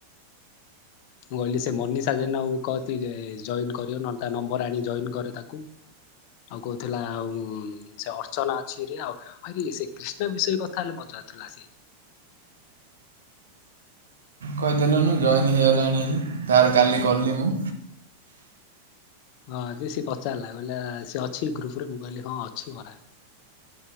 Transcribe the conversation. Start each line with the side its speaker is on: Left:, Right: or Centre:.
Left: ମୁଁ କହିଲି ସେ ମନିଷା ଜେନାଙ୍କୁ କହନ୍ତି ଯେ ଜଏନ କରିବ ନହେଲେ ତା ନମ୍ବର ଆଣି ଜଏନ କରେ ତାକୁ ଆଉ କହୁଥିଲା ଆଉ ସେ ଅର୍ଚ୍ଚନା ଅଛିରେ ଆଉ କି ସେ କ୍ରିଷ୍ଣ ବିଷୟ କଥା ହେଲେ ପଚାରୁଥିଲା ସେ।
Right: କହିଦେଲୁନୁ ଜଏନ୍ ହେଇଗଲାଣି। ତାର କାଲି କଲି ମୁଁ।
Left: ହଁ ଯେ ସିଏ ପଚାରିଲା କହିଲା ସିଏ ଅଛି ଗ୍ରୁପ ରେ ମୁଁ କହିଲି ହଁ ଅଛି ପରା।